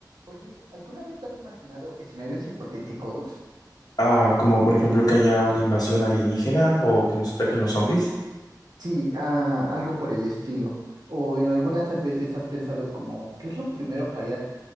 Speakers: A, on the right (about 65°); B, on the left (about 60°).
A: Oye, ¿alguna vez te has imaginado escenarios hipotéticos?
B: Ah, como por ejemplo que haya una invasión alienígena o que nos ataquen los zombies.
A: Sí, ah, algo por el estilo. O en alguna de esas veces has pensado como, ¿qué es lo primero que harías